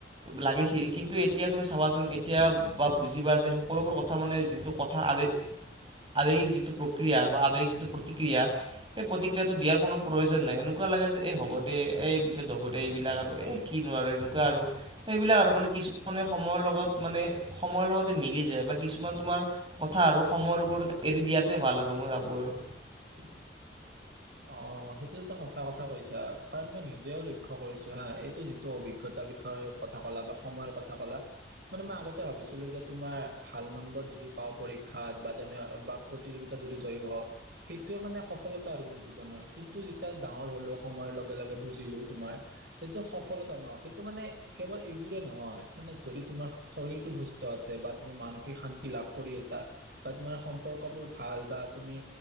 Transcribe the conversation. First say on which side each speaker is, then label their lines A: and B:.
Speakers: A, on the right; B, on the right.
A: লাগিছিল কিন্তু এতিয়া তুমি চাবাচোন, এতিয়া বা বুজিবা যে সকলোবোৰ ক থা মানে যিটো কথা আবেগ আৱেগিক যিটো প্ৰক্ৰিয়া বা আবেগিক যিটো প্ৰতিক্ৰিয়া, সেই প্ৰতিক্ৰিয়াটো দিয়াৰ কোনো প্ৰয়োজন নাই এনেকুৱা লাগে যে এই হ'ব দে, এই পিছত হব দে এইবিলাক আৰু এ কিনো আৰু এনেকুৱা আৰু এইবিলাক আৰু মানে কি কিছুমানে সময়ৰ লগত মানে সময়ৰ লগতে মিলি যায় বাট কিছুমান তোমাৰ কথা আৰু সময়ৰ ওপৰতে এৰি দিয়াতোৱে ভাল আৰু মই ভাবো আৰু।
B: <inaudible> অ সেইটোতো সঁচা কথা কৈছা কাৰণ মই নিজেও লক্ষ্য কৰিছো হা এইটো যিটো অভিজ্ঞতা বিষয়ৰ কথা কলা বা সময়ৰ কথা কলা, মানে মই আগতে ভাবিছিলো যে তোমাৰ ভাল নম্বৰ যদি পাওঁ পৰীক্ষাত বা তেনে বা প্ৰতিযোগিতা যদি জয়ী হও, সেইটোয়ে মানে সফলতা আৰু মোৰ জীৱনৰ কিন্তু যেতিয়া ডাঙৰ হলো সময়ৰ লগে লগে বুজিলো তোমাৰ সেইটো সফলতা ন সেইটো মানে কেৱল এইবোৰে নহয় মানে যদি তোমাৰ শৰীৰটো সুস্থ আছে বা তুমি মানসিক শান্তি লাভ কৰি আছা বা তোমাৰ সম্পৰ্ক বোৰ ভাল বা তুমি